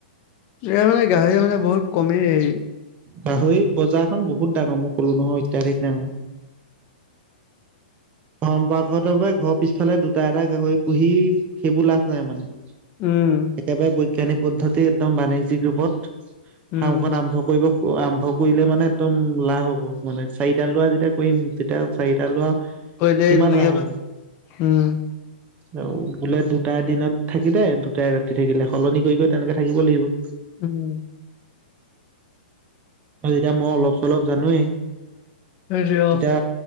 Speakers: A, on the left; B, on the right.
A: এয়া মানে গাহৰি মানে বহুত কমেই।
B: গাহৰি বজাৰখন বহুত ডাঙৰ মই কলো নহয় অত্যাধিক ডাঙৰ! পৰম্পৰাগত ভাবে ঘৰ পিছফালে দুটা এটা গাহৰি পুহি, সেইবোৰ লাভ নাই মানে।
A: উম।
B: একেবাৰে বৈজ্ঞানিক পদ্ধতি একদম বাণিজ্যিক ৰূপত
A: উম,
B: ফাৰ্মখন আৰম্ভ কৰিব - আৰম্ভ কৰিলে মানে একদম লাভ হ'ব মানে চাৰিটা লোৱা যেতিয়া কৰিম, তেতিয়া চাৰিটা লোৱা-
A: কৰিলে
B: কিমান
A: তেনেকে
B: লাভ হ'ব?
A: উম,
B: অ' বোলে দুটাই দিনত থাকিলে, দুটাই ৰাতি থাকিলে সলনি কৰি, কৰি তেনেকে থাকিব লাগিব!
A: উম।
B: যেতিয়া মই অলপ চলপ জানোয়েই
A: সেইটোৱে
B: তেতিয়া
A: অ'।